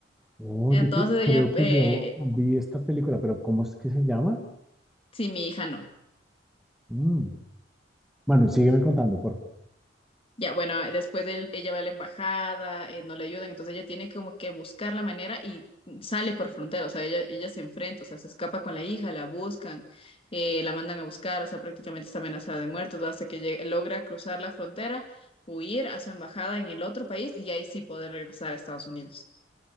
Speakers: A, in the centre; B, on the left.
A: Oh,
B: Entonces
A: yo que-
B: ella,
A: creo que
B: eh,
A: yo vi esta película, pero ¿cómo es que se llama?
B: sí, mi hija no.
A: Mm. Bueno, sígueme contando, por favor.
B: Ya, bueno, después de él, ella va a la embajada, eh, no le ayudan, entonces ella tiene como que buscar la manera y sale por frontera, o sea, ella, ella se enfrenta, o sea, se escapa con la hija, la buscan, eh, la mandan a buscar, o sea, prácticamente está amenazada de muerte, todo hasta que llega- logra cruzar la frontera, huir a su embajada en el otro país y ahí sí poder regresar a Estados Unidos.